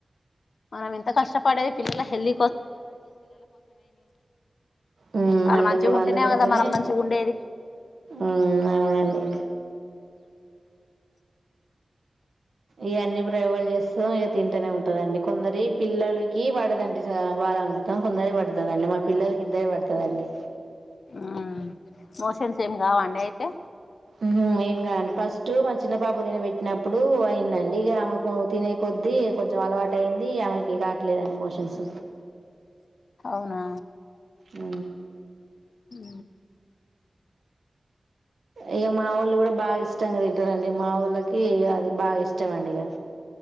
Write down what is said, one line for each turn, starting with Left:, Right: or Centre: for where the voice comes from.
Left: మనం ఎంత కష్టపడేది పిల్లల హెల్ద
Right: ఉ
Left: వాళ్ళు
Right: అందుకు
Left: మంచిగా ఉంటేనే
Right: అందుకోసమే
Left: కదా మనం మంచిగా ఉండేది
Right: ఉ అవునండి ఇ అన్ని ప్రయోగాలు చేస్తూ ఇక తింటూనే ఉంటదండి కొందరి పిల్లలకి పడదండి బాలా అమృతం కొందరి పడుతుందండి మా పిల్లలకి ఇద్దరికి పడుతుందండి
Left: ఉ మోషన్స్ ఏం కావండి అయితే
Right: ఉ ఏం కాదండి ఫస్ట్ మా చిన్న పాపకు తినబెట్టినప్పుడు అయిందండి ఇక ఆమెకు తినే కొద్దీ కొంచెం అలవాటు అయింది ఆమెకి కావట్లేదండి మోషన్స్
Left: అవునా
Right: ఉ
Left: ఉ
Right: ఇగ మా ఓఊళ్ళు కూడా బాగా ఇష్టంగా తింటారండి మా ఊళ్ళకి ఇగ అది బాగా ఇష్టం అండి ఇగా